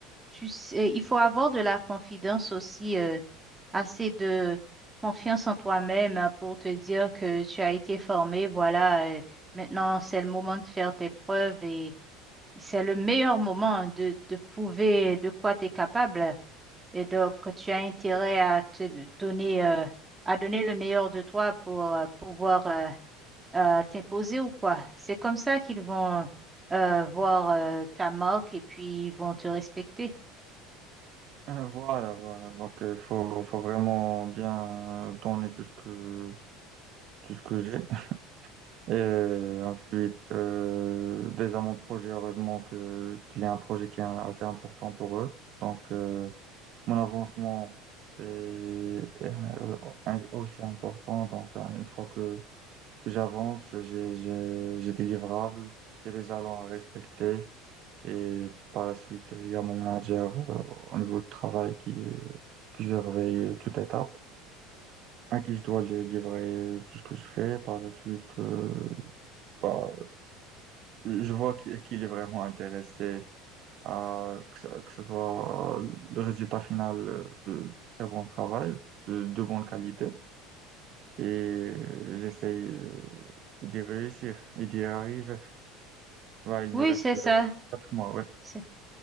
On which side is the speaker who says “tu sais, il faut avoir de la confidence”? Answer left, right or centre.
Right